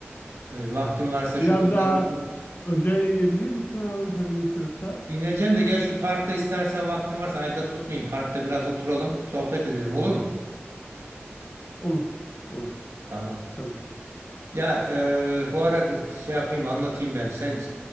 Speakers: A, on the right; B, on the left.
A: E, vaktin varsa şurada
B: Biraz
A: biraz
B: daha
A: oturup
B: özele inebilir misin abi sakıncası yoksa?
A: dinleyeceğim de gel şu parkta istersen vaktin varsa ayakta tutmayayım. Parkta biraz oturalım, sohbet edelim olur mu?
B: Olur, olur
A: Tamam.
B: tabii.
A: Ya e, bu arada şey yapayım anlatayım ben. Sen